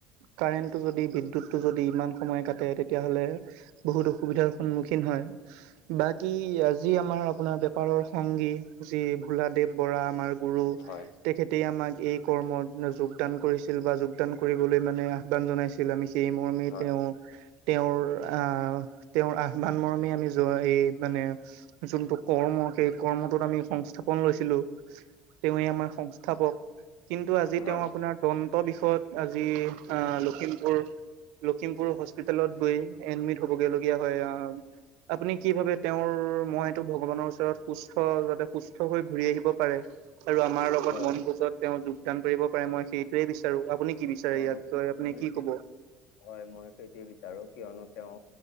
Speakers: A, on the right; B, on the left.
A: কাৰেণ্টটো যদি বিদ্যুৎটো যদি ইমান সময় কাটে। তেতিয়াাহলে বহুত অসুবিধাৰ সন্মুখীন হয় বাকি আজি আমাৰ আপোনাৰ পাৰৰ সংগী যি ভোলাদেৱ বৰা আমাৰ গুৰু
B: হয়
A: তেখেতে আমাক এই কৰ্মত যোগদান কৰিছিল বা যো যদান কৰিবলৈ মানে আহ্বান জনাইছিল আমি সেই মৰ্মে
B: হয়
A: তেওঁ তেওঁৰ আহ তেওঁৰ আহ্বান মৰমে আমি যোৱা এই মানে যোনটো কৰ্ম সেই কৰ্মটোত আমি সংস্থাপন লৈছিলো, তেৱে আমাৰ সংস্থাপক। কিন্তু
B: হয়
A: আজি তেওঁ আপোনাৰ দন্ত বিষয়ত আজি আহ লখিমপুৰ লখিমপুৰ হস্পিতেলত গৈ এডমিট হবগৈ লগীয়া হয় আহ। আপুনি কি ভাবে তেওঁৰ মইটো ভগৱানৰ ওচৰত সুস্থ যাতে সুস্থ হৈ ঘূৰি আহিব পাৰে আৰু আমাৰ লগত
B: হয়
A: মন গ্ৰুপত যোগান কৰিব পাৰে মই সেইটোৱেই বিচাৰো। আপুনি কি বিচাৰে
B: হয়
A: ইয়াৰ বিষয়ে আপুনি
B: মই
A: কি
B: সেইটো
A: কব?
B: হয় মই সেইটোৱে বিচাৰো কিয়নো তেওঁ